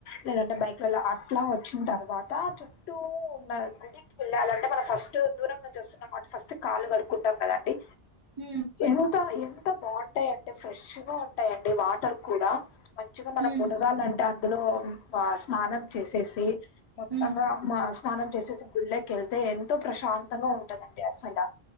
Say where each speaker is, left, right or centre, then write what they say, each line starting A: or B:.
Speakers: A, on the left (about 85°); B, on the right (about 30°).
A: లేదంటే బైక్లలో అట్లా వచ్చిన తర్వాత చుట్టూ ఉన్న గుడి వేళలంటే మనం ఫస్ట్ దూరం నుంచి వస్తునాం కాబట్టి ఫస్ట్ కాళ్లు కడుక్కుంటాం కదండి
B: ఊ
A: ఎంత ఎంత బావుంటాయి అంటే ఫ్రెష్గా ఉంటాయండి వాటర్ కూడా మంచిగా మనం
B: ఉమ్
A: ములగాల అంట అందులో ఆ స్నానం చేసేసి మొత్తంగా
B: ఉమ్
A: మస్ స్నానం చేసేసి గుళ్ళకి వెళ్తే ఎంతో ప్రశాంతంగా ఉంటదండి అసల